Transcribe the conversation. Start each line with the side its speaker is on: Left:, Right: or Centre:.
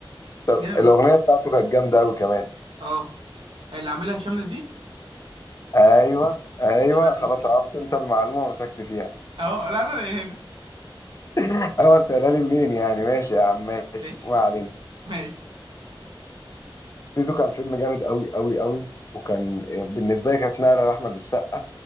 Left: طب
Right: جامد
Left: الاغنية بتاعته كانت جامدة قوي كمان
Right: اه اللي عاملها هشام نزيه
Left: ايوه ايوه
Right: اللي عليك
Left: خلاص عرفت انت المعلومة ومسكت فيها
Right: اه لا لا لا هنا
Left: <laughs> ايوه انت قايلها لي منين يعني ماشي يا عم ماشي
Right: ماشي
Left: ما علينا
Right: ماشي
Left: تيتو كان فيلم جامد قوي قوي قوي وكان بالنسبة لي كانت نقلة لأحمد السقا